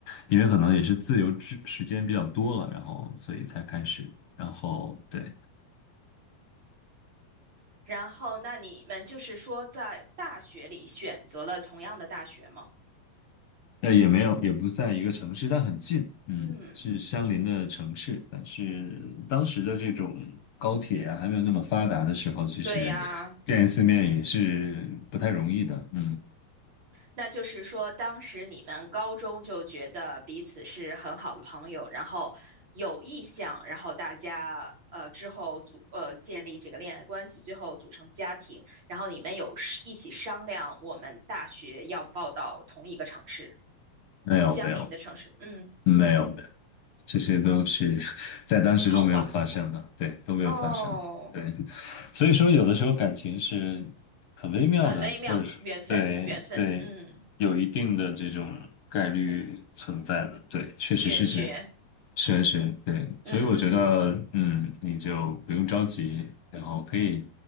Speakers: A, on the left; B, on the right.
A: 因为可能也是自由之时间比较多了，然后所以才开始，然后对。
B: 然后，那你们就是说在大学里选择了同样的大学吗？
A: 呃，也没有，也不在一个城市，但很近，嗯，
B: 嗯，
A: 是相邻的城市。但是当时的这种高铁啊，还没有那么发达的时候，其实见一次面也是不太容易的。
B: 对呀，
A: 嗯，
B: 那就是说当时你们高中就觉得彼此是很好的朋友，然后有意向，然后大家呃之后组呃建立这个恋爱关系，最后组成家庭，然后你们有是一起商量我们大学要报到同一个城市，
A: 没有，
B: 相邻的城市。
A: 没有，
B: 嗯，
A: 没有，没有，这些都是 <laughs> 在当时都没有发生的，
B: 后话
A: 对，都没有发生，
B: 哦。
A: 对。所以说，有的时候感情是很微妙的，
B: 很微妙，
A: 或者说，
B: 缘分，
A: 对对，
B: 缘分，嗯，
A: 有一定的这种概率存在的，对，确实是这样。
B: 玄学，
A: 是是，对，
B: 嗯，
A: 所以我觉得，嗯，你就不用着急，然后可以，